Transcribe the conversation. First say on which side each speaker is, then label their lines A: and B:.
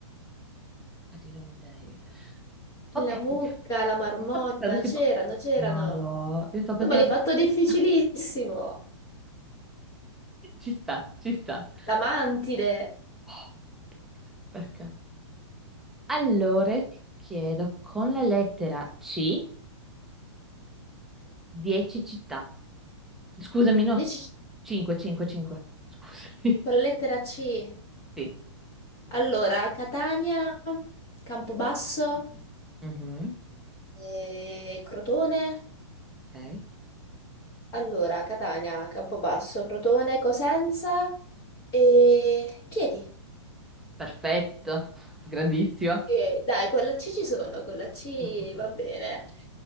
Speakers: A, in the centre; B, on the left.
A: cacchio di miseria. Ok,
B: la mucca, la marmotta,
A: io sto pensando tipo...
B: c'erano, c'erano.
A: Madò, io sto pensando...
B: Tu me l'hai fatto difficilissimo.
A: <laughs> Ci sta, ci sta.
B: La mantide,
A: <gasps> Oh, perché? Perché? Allora, ti chiedo, con la lettera C, 10 città. Scusami, no,
B: 10
A: 5, 5, 5. Scusami.
B: con la
A: <laughs>
B: lettera C.
A: Sì.
B: Allora, Catania, Campobasso,
A: Mhm,
B: eh, Crotone.
A: Ok.
B: Allora, Catania, Campobasso, Crotone, Cosenza e Chieti.
A: Perfetto, grandissimo.
B: Ok, Dai, con la C ci sono, con la C
A: Mm, mm, mm.
B: va bene.